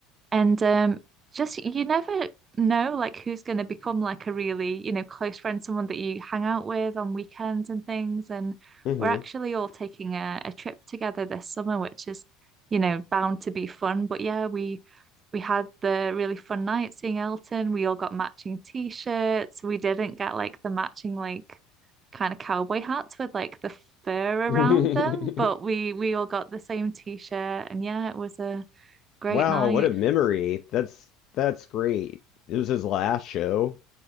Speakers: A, on the right; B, on the left.
A: And um, just you never know like who's going to become like a really, you know, close friend, someone that you hang out with on weekends and things. And
B: hmm
A: we're actually all taking a, a trip together this summer, which is, you know, bound to be fun. But yeah, we we had the really fun night seeing Elton. We all got matching t-shirts. We didn't get like the matching like kind of cowboy hats with like the fur
B: <laughs>
A: around them, but we we all got the same t-shirt. And yeah, it was a great
B: Wow,
A: night.
B: what a memory. That's that's great. It was his last show.